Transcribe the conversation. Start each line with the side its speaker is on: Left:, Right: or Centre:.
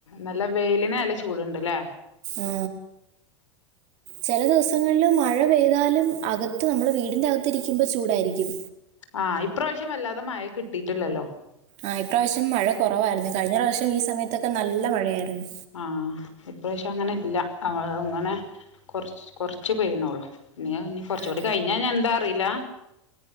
Left: നല്ല വെയിലിന് നല്ല ചൂട്ണ്ട്ല്ലേ?
Right: ആ ചെലദിവസങ്ങളില് മഴ പെയ്താലും അകത്ത് നമ്മടെ വീടിന്റെ അകത്തിരിക്കുമ്പം ചൂടായിരിക്കും.
Left: ആ ഇപ്രാവിശ്യം വല്ലാതെ മഴ കിട്ടിട്ടില്ലലോ?
Right: ആഹ് ഇപ്രാവശ്യം മഴക്കുറവായിരുന്നേ കഴിഞ്ഞ പ്രാവശ്യം ഈ സമയത്തൊക്കെ നല്ല മഴയായിരുന്നു.
Left: ആഹ് ഇപ്രാവശ്യം അങ്ങനെ ഇല്ല. അങ്ങനെ കുറച്ച് കുറച്ചു പെയ്യനുള്ളു. ഇനി ങ്ങനെ കുറച്ചൂടി
Right: അതെ.
Left: കഴിഞ്ഞാ ഞാനെന്താ റിയില്ല